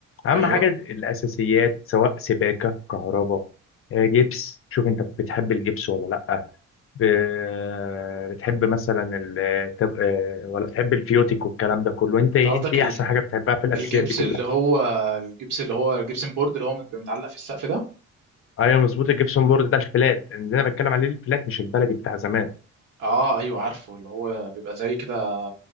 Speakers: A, on the left; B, on the right.
A: اهم
B: ايوه
A: حاجه الاساسيات سواء سباكه كهرباء آه، جبس شوف انت بتحب الجبس ولا لا ب- بتحب مثلا ال... تب- آه، ولا بتحب الفيوتيك والكلام ده كله انت
B: انت
A: إيه،
B: قصدك
A: انت ايه
B: ال-
A: احسن حاجه بتحبها في الاساسيات
B: الجبس
A: دي كلها
B: اللي هو الجبس اللي هو الجبسن بورد اللي هو بيبقى متعلق في السقف ده
A: ايوه مظبوط الجبسون بورد ده الفلات اللي انا بتكلم عليه الفلات مش البلدي بتاع زمان
B: اه ايوه عارفه اللي هو بيبقى زي كده